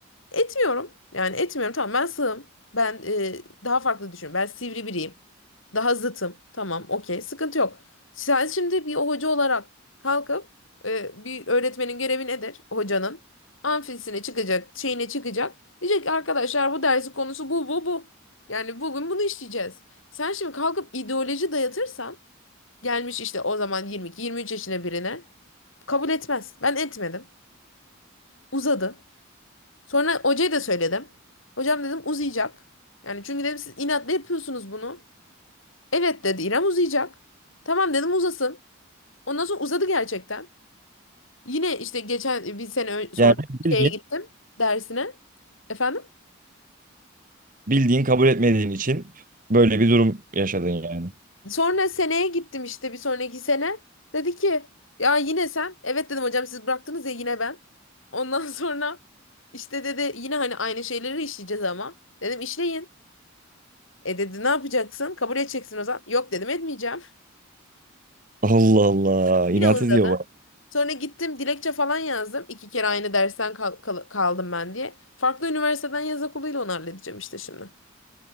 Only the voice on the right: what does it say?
Yani bildiğin,
bildiğin kabul etmediğin için böyle bir durum yaşadın yani.
Allah Allah. inat
ediyor bak.